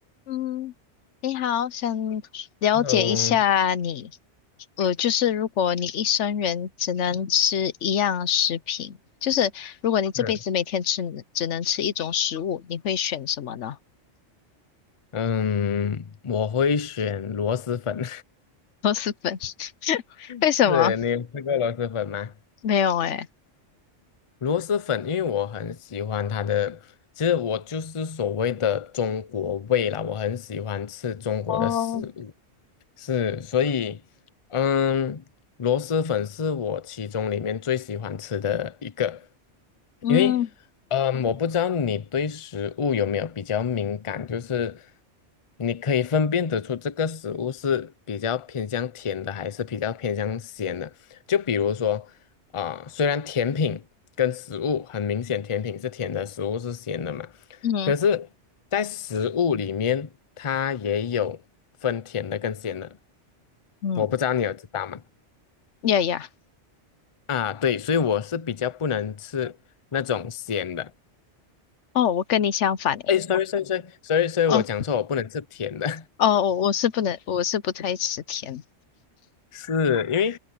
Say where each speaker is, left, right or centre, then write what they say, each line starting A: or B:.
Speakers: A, on the left; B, on the left.
A: 嗯，你好，想了解一下你，
B: Hello，
A: 呃，就是如果你一生人只能吃一样食品，就是如果你这辈子每天吃只能吃一种食物，
B: 嗯
A: 你会选什么呢？
B: 嗯，我会选螺蛳粉。
A: 螺蛳粉？<laughs>
B: <laughs>
A: 为什么？
B: 是你有吃过螺蛳粉吗？
A: 没有诶。
B: 螺蛳粉，因为我很喜欢它的，其实我就是所谓的中国味啦，我很喜欢吃中国的食物。
A: 哦，
B: 是，所以，嗯，螺蛳粉是我其中里面最喜欢吃的一个，
A: 嗯
B: 因为，嗯，我不知道你对食物有没有比较敏感，就是你可以分辨得出这个食物是比较偏向甜的，还是比较偏向咸的。就比如说，啊、虽然甜品跟食物很明显，甜品是甜的，食物是咸的嘛，
A: 嗯
B: 可是，在食物里面，它也有分甜的跟咸的，
A: 嗯，
B: 我不知道你有知道吗？
A: 呀呀，
B: 啊，对，所以我是比较不能吃那种咸的。
A: 哦，我跟你相反诶，
B: 哎，sorry
A: 我
B: sorry sorry sorry sorry，
A: 哦
B: 我讲错，我不能吃甜的，
A: 哦，我我是不能，我是不太吃甜，
B: <laughs> 是因为